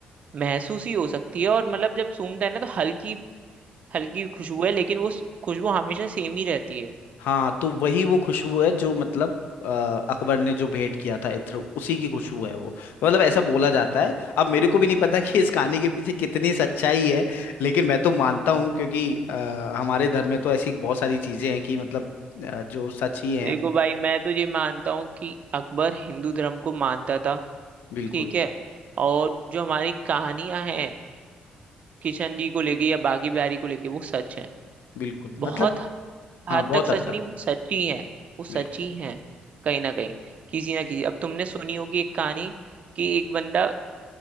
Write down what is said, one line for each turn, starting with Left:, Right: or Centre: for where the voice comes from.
Right: महसूस ही हो सकती है और मतलब जब सूंघता है ना तो हल्की हल्की खुशबू है लेकिन वो खुशबू हमेशा सेम ही रहती है
Left: हाँ तो वही वो खुशबू है जो मतलब अ, अकबर ने जो भेंट किया था इत्र उसी की खुशबू है वो मतलब ऐसा बोला जाता है अब मेरे को भी नहीं पता <laughs> कि इस कहानी के पीछे कितनी सच्चाई है लेकिन मैं तो मानता हूँ क्योंकि अ, हमारे धर्म में तो ऐसी बहुत सारी चीजें हैं कि मतलब अ, जो सच ही है
Right: देखो भाई मैं तो ये मानता हूँ कि अकबर हिंदू धर्म को मानता था
Left: बिल्कुल
Right: ठीक है और जो हमारी कहानियां हैं किशन जी को लेके या बाकी बिहारी को लेके वो सच है
Left: बिल्कुल
Right: बहुत
Left: मतलब हाँ
Right: हद
Left: बहुत
Right: तक सच
Left: हद
Right: नहीं
Left: तक
Right: वो सच ही है वो सच
Left: बिल्कुल
Right: ही है कहीं ना कहीं किसी ना किसी अब तुमने सुनी होगी एक कहानी कि एक बंदा